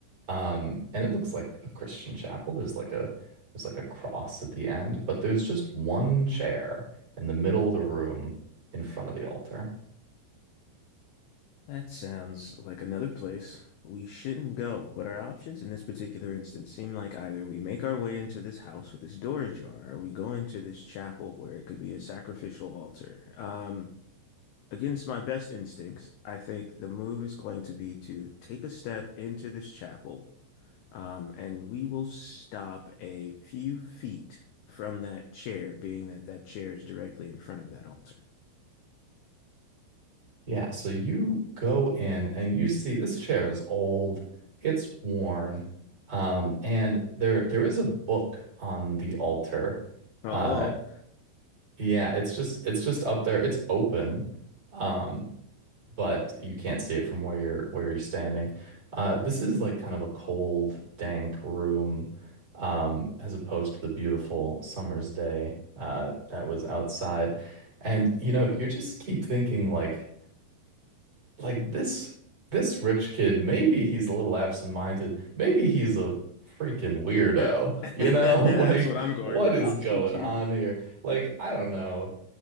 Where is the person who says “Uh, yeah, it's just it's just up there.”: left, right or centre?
Right